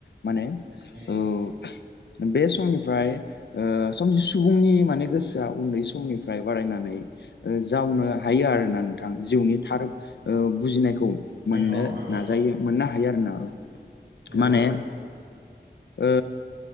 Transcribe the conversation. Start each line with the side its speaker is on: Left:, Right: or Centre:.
Left: माने
Right: नंगौ
Left: ओ। बे समनिफ्राय। ओ समजि सुबुंनि। माने गोसोआ उन्दै समनिफ्राय बारायनानै ओ जावनो हायो आरोना नोंथां जिउनि थार। ओ बुजिनायखौ मोननो
Right: नंगौ नोंथां
Left: नाजायो मोनना। हायो आरो ना
Right: नंगौ
Left: माने ओ